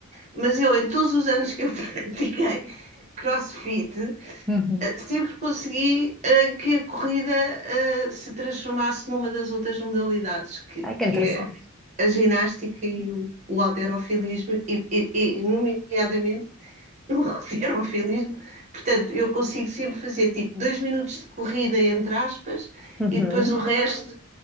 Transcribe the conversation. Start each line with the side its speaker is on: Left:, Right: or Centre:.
Right: Mas eu, em todos os anos que eu <laughs> pratiquei CrossFit,
Centre: Uhum.
Right: ah, sempre consegui ah, que a corrida ah, se transformasse numa das outras modalidades, que,
Centre: Ai, que
Right: que
Centre: interessante.
Right: é a ginástica e o, o halterofilismo, e, e- e, nomeadamente <laughs> o alterofilismo. Portanto, eu consigo sempre fazer tipo dois minutos de corrida, entre aspas,
Centre: Uhum.
Right: e depois o resto